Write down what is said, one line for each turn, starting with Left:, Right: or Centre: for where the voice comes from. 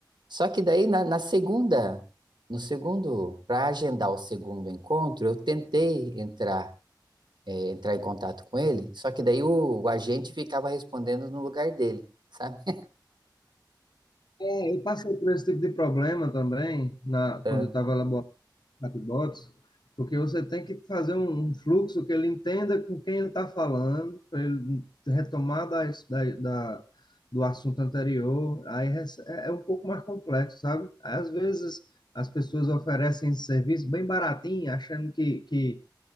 Right: Só que daí na, na segunda, no segundo, para agendar o segundo encontro, eu tentei entrar, é, entrar em contato com ele, só que daí o, o agente ficava respondendo no lugar dele, sabe?
Left: é, eu passei por esse tipo de problema também, na,
Right: Ah,
Left: quando eu estava chatbots, porque você tem que fazer um, um fluxo que ele entenda com quem ele está falando, para ele retomar da, da, da- do assunto anterior. Aí é, é é um pouco mais complexo, sabe? Às vezes as pessoas oferecem esse serviço bem baratinho, achando que, que